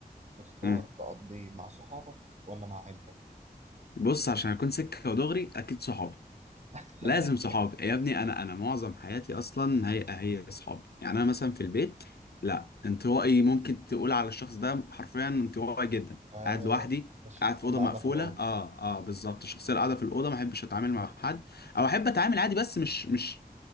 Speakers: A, on the right (about 45°); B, on the left (about 85°).
A: تختار
B: يعني
A: تقضيه مع صحابك ولا مع عيلتك؟
B: بص عشان اكون سكه ودغري اكيد صحابي
A: <laughs>
B: لازم صحابي يا ابني انا انا معظم حياتي اصلا هي هي صحابي يعني انا مثلا في البيت لا انطوائي ممكن تقول على الشخص ده حرفيا انطوائي جدا
A: أيوه
B: قاعد لوحدي
A: الشخص
B: قاعد في
A: اللي
B: اوضه مقفوله
A: قاعدة في الأوضة
B: اه اه بالظبط الشخصيه اللي قاعده في الاوضه ما احبش اتعامل مع حد او احب اتعامل عادي بس مش مش